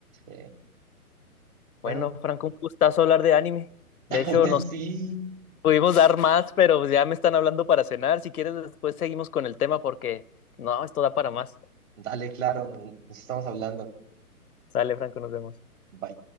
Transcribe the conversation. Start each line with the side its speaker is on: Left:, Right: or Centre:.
Right: eh,
Left: Bueno,
Right: Bueno,
Left: Franco, un gustazo hablar de anime. De
Right: <laughs>
Left: hecho, nos
Right: sí,
Left: pudimos dar más, pero pues ya me están hablando para cenar. Si quieres, después seguimos con el tema porque no, esto da para más.
Right: dale, claro, nos estamos hablando.
Left: Sale, Franco, nos vemos.
Right: Bye.